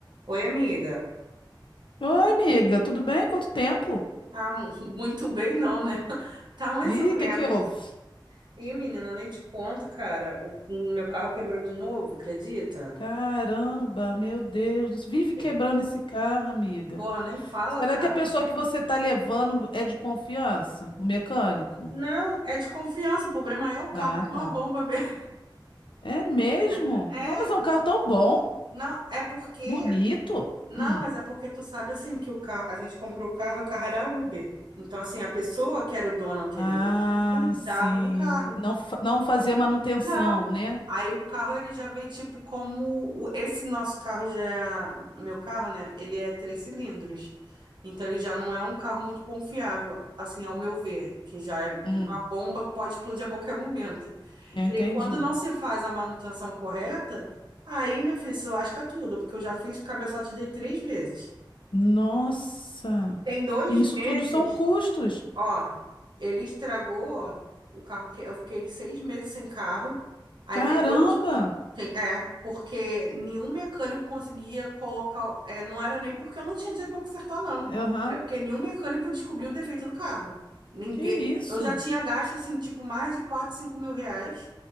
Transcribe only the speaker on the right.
Oi, amiga.
Ah, mu- <laughs> muito bem não, né? <laughs> Tá mais
ou menos.
E, menina, nem te conto, cara. O, o meu carro quebrou de novo, acredita?
É.
Porra, nem fala,
cara.
Não, é de confiança. O problema é o carro,
que
é uma bomba mesmo.
<laughs> É,
não, é porque.
Não,
mas é porque tu sabe assim que o carro, a gente comprou o carro, o carro era Uber. Então, assim, a pessoa que era o dono anterior
não cuidava
do carro.
Não.
Aí o carro ele já veio tipo como o- esse nosso carro já, meu carro, né? Ele é três cilindros. Então ele já não é um carro muito confiável, assim, ao meu ver, que já é
uma bomba que pode explodir a qualquer momento.
E
aí quando não se faz a manutenção correta, aí, meu filho, se lasca tudo, porque eu já fiz cabeçote de três vezes.
Tem dois
meses,
ó, ele estragou o carro que eu fiquei seis meses sem carro. Aí
tem dois tem- é, porque nenhum mecânico conseguia colocar. é, não era nem porque eu não tinha dinheiro para consertar, não.
É porque nenhum mecânico descobriu o defeito do carro. Ninguém.
Eu já tinha gasto, assim, tipo, mais de 4, 5 mil reais